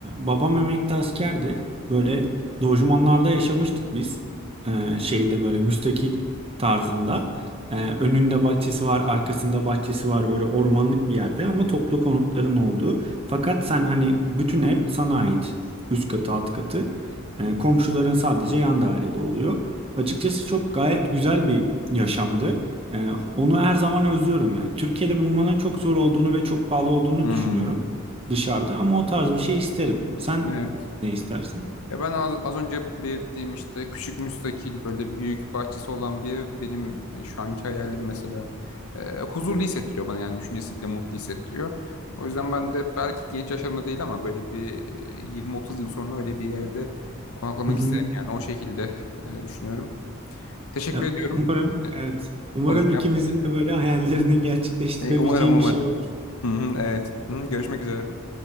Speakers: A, on the right; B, on the left.
A: babam emekli askerdi. Böyle lojmanlarda yaşamıştık biz. E, şeyde böyle müstakil tarzında. E, önünde bahçesi var, arkasında bahçesi var böyle ormanlık bir yerde ama toplu konutların olduğu. Fakat sen hani bütün ev sana ait. Üst katı, alt katı. E, komşuların sadece yan dairede oluyor. Açıkçası çok gayet güzel bir yaşamdı. E, onu her zaman özlüyorum yani. Türkiye'de bulmanın çok zor olduğunu ve çok pahalı olduğunu
B: Hmm,
A: düşünüyorum dışarıda ama o tarz bir şey isterim. Sen
B: evet.
A: ne istersin?
B: Ya ben az, az önce belirttiğim işte küçük müstakil böyle büyük bahçesi olan bir ev benim e, şu anki hayalim mesela. Ee, huzurlu hissettiriyor bana yani düşüncesi bile mutlu hissettiriyor. O yüzden ben de belki genç yaşlarımda değil ama böyle bir 20-30 yıl sonra öyle bir evde konaklamak
A: Hı hı.
B: isterim yani o şekilde e, düşünüyorum. Teşekkür
A: Ya,
B: ediyorum
A: umarım,
B: e,
A: evet. Umarım
B: konuşma
A: ikimizin
B: yaptığın için.
A: de böyle hayallerini <laughs> gerçekleştirebileceği
B: E, umarım umarım.
A: bir şey olur.
B: Hı hı, evet. Hı hı, görüşmek üzere.